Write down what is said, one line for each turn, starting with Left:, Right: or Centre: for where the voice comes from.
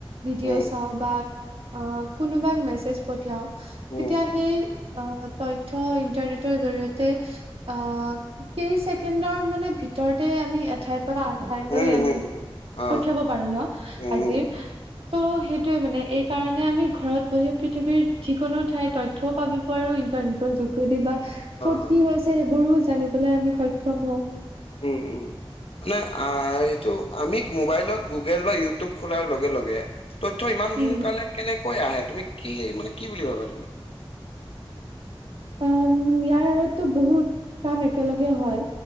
Right: ভিডিঅ'
Left: উম উম
Right: চাওঁ বা অ' কোনোবাক মেছেজ পঠিয়াওঁ তেতিয়া
Left: উম
Right: সেই অ' তথ্য ইন্টাৰনেটৰ জৰিয়তে অ' কেই ছেকেণ্ডৰ মানে ভিতৰতে আমি এঠাইত পৰা আ তাইলৈ
Left: উম
Right: আমি
Left: উম উম অ
Right: পঠিয়াব পাৰো ন আজিৰ।
Left: উম
Right: ত' সেইটোয়ে মানে এই কাৰণে আমি ঘৰত বহি পৃথিৱীৰ যিকোনো ঠাইৰ তথ্যয়ও পাব পাৰো।ো ইটনেটৰ যোগেদি বা ক'ত
Left: অ
Right: কি হৈছে সেইবোৰো জানিবলৈ আমি সক্ষম হওঁ।
Left: উম উম। নে এইটো আমি মোবাইলত গুগল বা ইউটিউব খোলাৰ লগে লগে। তথ্য ইমান সোনকালে
Right: উম
Left: কেনেকৈ আহে তুমি কি মানে কি বুলি ভাবা তুমি।
Right: অ ইয়াৰ আঁৰতো বহুত কাম একেলগে হয়